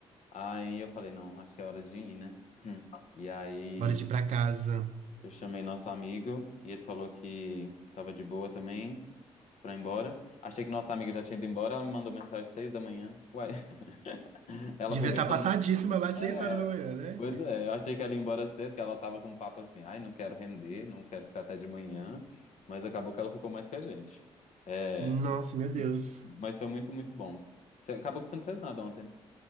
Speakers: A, on the left; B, on the right.
A: Aí eu falei, não, acho que é hora de ir, né? Hum. E aí
B: Bora de ir pra casa.
A: eu chamei nosso amigo e ele falou que tava de boa também pra ir embora. Achei que nossa amiga já tinha ido embora, ela me mandou mensagem às seis da manhã. Uai, <laughs> ela
B: Devia
A: aproveitando.
B: estar passadíssima lá às
A: É,
B: seis horas da
A: é.
B: manhã, né?
A: pois é, eu achei que ela ia embora cedo, que ela tava com um papo assim, ai, não quero render, não quero ficar até de manhã, mas acabou que ela ficou mais que a gente. É,
B: Nossa, meu Deus.
A: mas foi muito, muito bom. Você- acabou que você não fez nada ontem, né?